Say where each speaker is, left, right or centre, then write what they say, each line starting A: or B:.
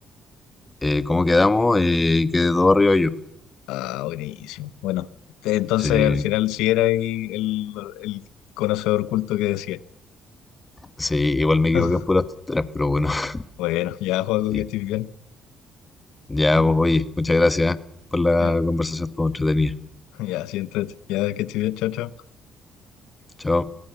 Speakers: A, on the left; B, on the left.
A: eh, ¿cómo quedamos? Eh, quedó arriba yo.
B: Ah, buenísimo. Bueno, te- entonces
A: Sí,
B: al final sí era ahí el, el conocedor culto que decía.
A: Sí, igual me equivoqué
B: <laughs>
A: en puras tonteras, pero bueno, <laughs>
B: Bueno, ya, Joaco,
A: sí.
B: que estés bien.
A: Ya, pues, oye, muchas gracias por la
B: Ya,
A: conversación, estuvo entretenida.
B: ya, siéntate. Ya, que estés bien, chao, chao.
A: Chao.